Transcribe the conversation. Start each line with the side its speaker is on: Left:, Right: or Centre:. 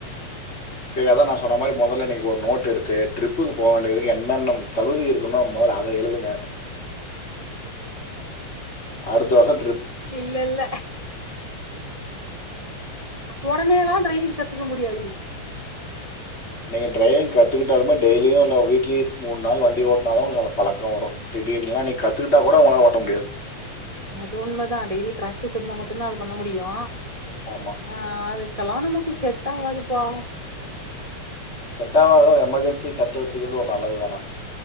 Left: செரி அதான் நான் சொன்ன மாரி மொதல்ல நீ ஒரு நோட் எடுத்து ட்ரிப்புக்கு போ வேண்டியது என்னென்ன தகுதி இருக்கனும் மொதல்ல அத அத எழுதுங்க அடுத்த வருஷ
Right: இல்லல்ல உடனேல்லாம் ட்ரைவிங் கத்துக்க முடியாது
Left: நீங்க டிரைவிங் கத்துக்கிட்டாலுமே டெய்லியு இல்ல வீக்லி மூன் நாள் வண்டி ஓட்டுனா தான் உங்களுக்கு அந்த பழக்கம் வரும் திடீர்னுல்லா நீ கத்துகிட்டா கூட உங்களால ஓட்ட முடியாது
Right: அது உண்மதான் டெய்லி பிராக்டிஸ் இருந்தா மட்டும்தான் அது பண்ண முடியோ
Left: ஆமா
Right: ஆ அது இதுக்கெல்லாம் நமக்கு செட் ஆவாதுப்பா
Left: செட்டாவாதுனா எமர்ஜென்சி கத்து வச்சுக்கிறது ஒரு நல்லது தானா